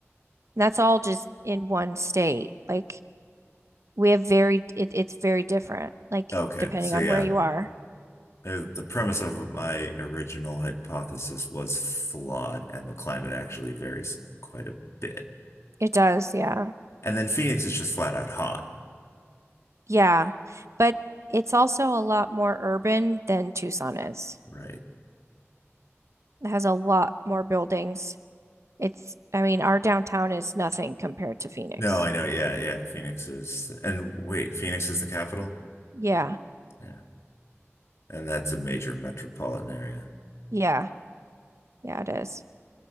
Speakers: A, on the right; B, on the left.
A: That's all just in one state. Like we have very it, it's very different like
B: Okay,
A: depending
B: so
A: on
B: yeah,
A: where you are
B: Uh, The premise of my original hypothesis was flawed, and the climate actually varies quite a bit.
A: it does yeah
B: And then Phoenix is just flat out hot,
A: yeah but it's also a lot more urban than tucson is
B: right?
A: it has a lot more buildings it's i mean our downtown is nothing compared to phoenix
B: No, I know. Yeah, yeah. Phoenix is, and wait, Phoenix is the capital?
A: yeah
B: Yeah. And that's a major metropolitan area.
A: yeah yeah it is